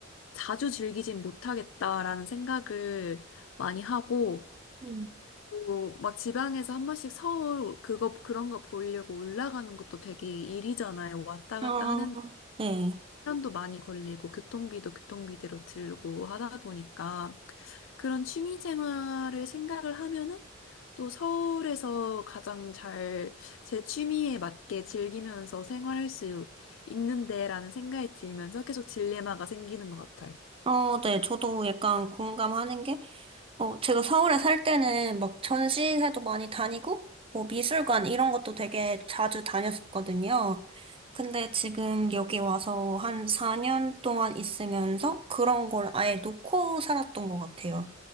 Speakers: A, on the left; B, on the right.
A: 자주 즐기진 못하겠다라는 생각을 많이 하고,
B: 음.
A: 또 막 지방에서 한 번씩 서울 그거 그런 거 보려고 올라가는 것도 되게 일이잖아요. 왔다
B: 아,
A: 갔다 하는
B: 네.
A: 시간도 많이 걸리고 교통비도 교통비대로 들고 하다 보니까 그런 취미 생활을 생각을 하면은 또 서울에서 가장 잘 제 취미에 맞게 즐기면서 생활할 수 있는데라는 생각이 들면서 계속 딜레마가 생기는 것 같아요.
B: 어, 네. 저도 약간 공감하는 게 어, 제가 서울에 살 때는 막 전시회도 많이 다니고, 뭐 미술관 이런 것도 되게 자주 다녔었거든요. 근데 지금 여기 와서 한 4년 동안 있으면서 그런 걸 아예 놓고 살았던 것 같아요.